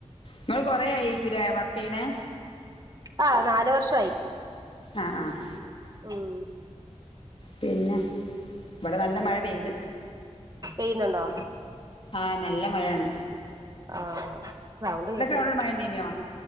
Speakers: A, on the left; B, on the right.
A: ഇങ്ങൾ കൊറേ ആയിക്കുലേ വർക്കെയ്യ്ണെ.
B: ആഹ് നാലു വർഷവായി
A: ആഹ് ആഹ്
B: ഉം
A: പിന്നെ ഇവടെ നല്ല മഴ പെയ്ത്.
B: പെയ്യുന്നുണ്ടോ
A: ആഹ് നല്ല മഴാണ്.
B: ആഹ് സൗണ്ട് കേക്ണ്ട്.
A: അവിടെ മഴ ഉണ്ടേനോ